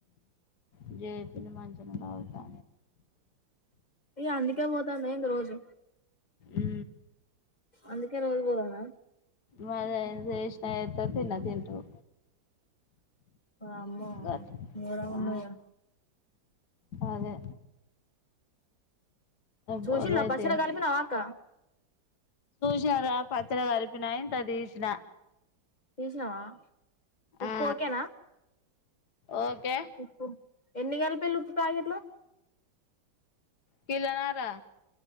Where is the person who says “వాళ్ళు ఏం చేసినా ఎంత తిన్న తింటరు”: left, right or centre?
Left